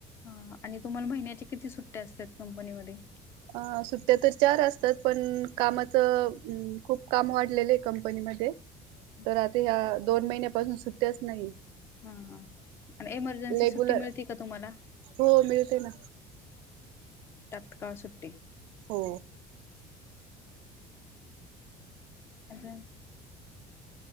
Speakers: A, on the left; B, on the right.
A: हा आणि तुम्हाला महिन्यांच्या किती सुट्ट्या असतात कंपनीमध्ये
B: अ सुट्ट्या तर चार असतात पण कामाचं खूप काम वाढलेलं आहे कंपनीमध्ये
A: ह
B: तर आता ह्या दोन महिन्यापासून सुट्ट्याच नाही
A: हां हां आणि एमर्जन्सी
B: रेगुलर
A: सुट्टी मिळते का तुम्हाला
B: हो मिळते ना
A: तत्काळ सुट्टी
B: हो
A: अजून